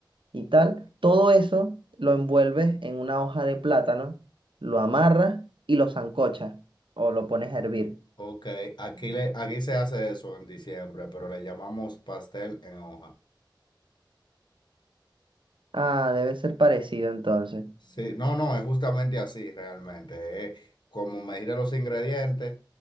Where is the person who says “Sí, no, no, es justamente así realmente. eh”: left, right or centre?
Left